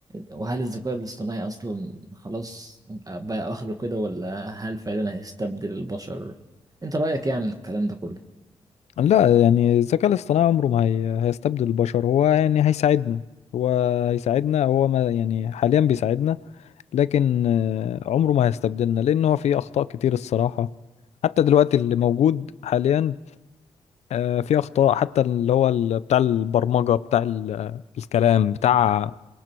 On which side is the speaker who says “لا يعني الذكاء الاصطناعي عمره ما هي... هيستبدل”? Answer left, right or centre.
Left